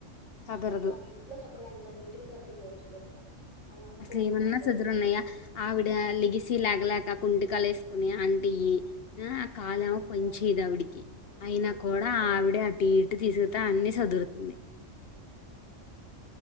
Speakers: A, on the left; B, on the left.
A: సదరదు
B: అక్క ఇంట్లో చక్కగా ఎంత నీటిగా సర్దుకోవచ్చు తెలుసా. వాళ్ళ అమ్మకు
A: అసలు
B: ఓపిక
A: ఏమన్నా
B: ఉండదు
A: సజ్జురున్నాయా
B: వాళ్ళ నాన్నకి ఉండదు
A: ఆవిడ లిగిసి లేగలేక కుండకాలేసుకుని అ టియి ఆ కాలు
B: ఆంటీ హెల్త్
A: ఏమో పని
B: బాగోదు
A: చేయదు ఆవిడికి
B: అంకులు
A: అయినా
B: కొంచెం
A: కూడా
B: హెల్త్
A: ఆవిడే అటు ఇటు తీసు మిగతా అన్ని సదురుతుంది